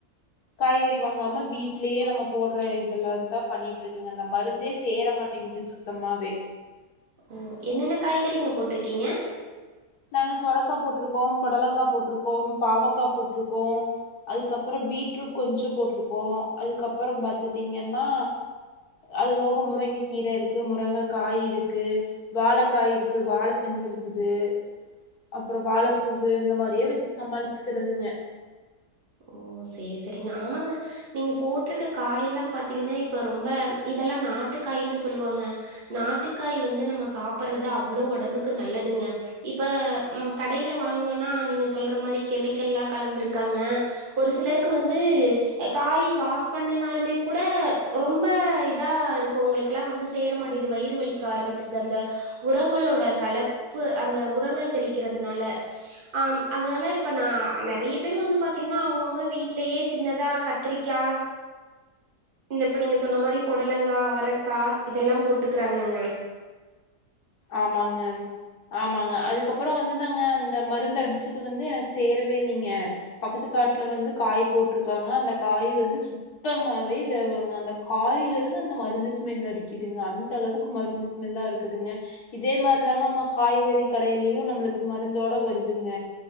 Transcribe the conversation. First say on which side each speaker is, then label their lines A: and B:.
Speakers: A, on the left; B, on the right.
A: காய்கறி வாங்காம வீட் ட்லேயே நம்ம போடுற இதுலந்தா பண்ணிட்டு இருக்குங்க இந்த மருந்தே சேர மாட்டேங்குது சுத்தமாவே
B: ஓ என்னென்ன காய்கறிங்க போட்டுருக்கீங்க
A: நாங்க சொரக்கா போட்டுருக்கோ புடலங்கா போட்டுருக்கோ பாவக்கா போட்டுருக்கோ அதுக்கப்றோ பீட்ரூட் கொஞ்சோ போட்டுருக்கோ அதுக்கப்றோ பாத்துட்டீங்கன்னா அது போக முருங்க கீர இருக்கு முருங்க காய் இருக்கு வாழக்காய் இருக்கு வாழத்தண்டு இருக்குது. அப்றோ வாழப்பூவு இந்த மாதிரியே வச்சு சமாளிச்சுக்குறதுங்க
B: ஓ சேரி சேரிங்க ஆமாங்க! நீங்க போட்டுருக்க காயெல்லா பாத்தீங்கன்னா இப்ப ரொம்ப இதெல்லா நாட்டு காய்ன்னு சொல்லுவாங்க நாட்டுக்காய் வந்து நம்ம சாப்புர்றது அவ்ளோ ஒடம்புக்கு நல்லதுங்க. இப்ப ம் கடைல வாங்கணும்னா நீங்க சொல்ற மாரி கெமிக்கல்லா கலந்துருக்காங்க ஒரு சிலருக்கு வந்து எ காய் வாஷ் பண்ணினாலுமே குட ரொம்ப இதா இர் கொங்களுக்கெல்லா வந்து சேர மாட்டிது வயிறு வலிக்க ஆரம்பிச்சிர்து அந்த உரங்களோட கலப்பு அந்த உரங்கள் தெளிக்கிறதுனால ஆம் அதனால இப்ப நா நெறைய பேரு வந்து பாத் பாத்தீங்கன்னா அவங்கவுங்க வீட்லயே சின்னதா கத்ரிக்கா இந்த இப்ப நீங்க சொன்ன மாரி புடலங்கா அவரக்கா இதெல்லா போட்டுக்கறாங்கங்க
A: ஆமாங்க ஆமாங்க அதுக்கப்பறோ வந்துதாங்க அந்த மருந்து அடிச்சது வந்து எனக்கு சேரவே இல்லீங்க. பக்கத்து காட்டுல வந்து காய் போட்டுருக்காங்க அந்த காய் வந்து சுத் தமாவே தேவெங்க அந்த காயில இருந்து அந்த மருந்து ஸ்மெல் அடிக்குதுங்க அந்த அளவுக்கு மருந்து ஸ் மெல்லா இருக்குதுங்க. இதே மாரிதான அம்ம காய்கறி கடையிலயு நம்ளுக்கு மருந்தோட வருதுங்க.